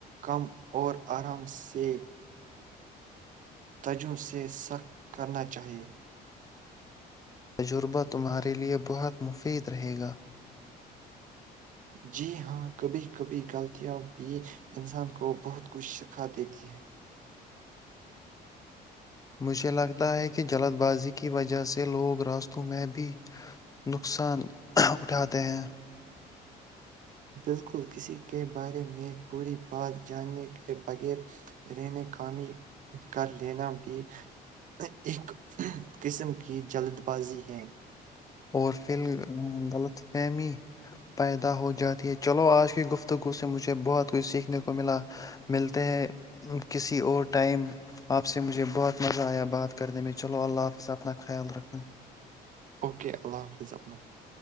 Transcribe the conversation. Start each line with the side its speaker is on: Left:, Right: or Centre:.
Right: کم اور آرام سے تجم سے سخ کرنا چاہیئے
Left: تجربہ تمہارے لیے بہت مفید رہے گا
Right: جی ہاں کبھی کبھی غلطیاں بھی انسان کو بہت کچھ سکھا دیتی ہیں
Left: مجھے لگتا ہے کہ جلد بازی کی وجہ سے لوگ راستوں میں بھی نقصان اٹھاتے ہیں
Right: بالکل کسی کے بارے میں پوری بات جاننے کے بغیر رہنے کاامی کر لینا بھی ایک قسم کی جلد بازی ہے
Left: اور فھر غلط فہمی پیدا ہو جاتی ہے چلو آج کی گفتگو سے مجھے بہت کچھ سیکھنے کو ملا ملتے ہیں کسی اور ٹائم آپ سے مجھے بہت مزہ آیا بات کرنے میں چلو اللہ حافظ اپنا خیال رکھنا
Right: اوے اللہ حافظ اپنا خیال